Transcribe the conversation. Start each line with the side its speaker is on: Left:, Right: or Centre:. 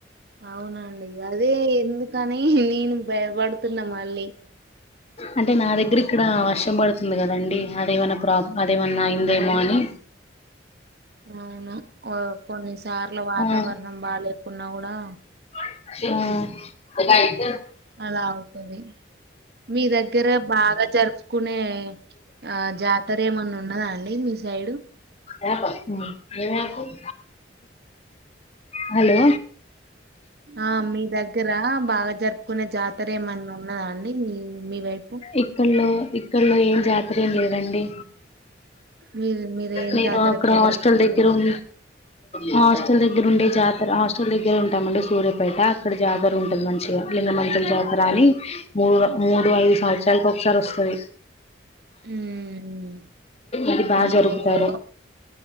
Right: అవునా అండి అదే ఎందుకని కని నేను భయపడుతున్నామా అన్ని
Left: అంటే నా దగ్గరకి ఇక్కడ వర్షం పడుతుంది కదండి అదేమన్నా ప్రాబ్ అదేమన్నా అయిందేమో అని
Right: అవును కొన్నిసార్లు వాతావరణం
Left: ఆ
Right: బాగా లేకున్నా కూడా ఆ
Left: హ్మ్
Right: అలా అవుతుంది మీ దగ్గర బాగా జరుపుకునే ఆ జాతర ఏమన్నా ఉన్నదా అండి మీ సైడు
Left: జాతర హలో
Right: ఆ మీ దగ్గర బాగా జరుపుకునే జాతర ఏమన్న ఉన్నదా అండి మీ వైపు
Left: ఇక్కడలో ఇక్కడలో ఏం జాతర ఎంలేదండి
Right: మీరు మీరు ఏం
Left: నేను
Right: జాతర
Left: అక్కడ
Right: ఎక్కువ
Left: హాస్టల్
Right: జరుపుకోరా
Left: దగ్గర ఉన్ మ హాస్టల్ దగ్గర
Right: ఉమ్.
Left: ఉండే జాతర హాస్స్ట హాస్టల్ దగ్గర ఉంటామండి సూర్యపేట అక్కడ జాతర ఉంటది మంచిగా లింగమంచం జాతర అని మూడు మూడు ఐదు సంవత్సరాలకు ఒకసారి వస్తది
Right: హు హు
Left: అది బాగా
Right: అదే
Left: జరుపుతారు
Right: అదే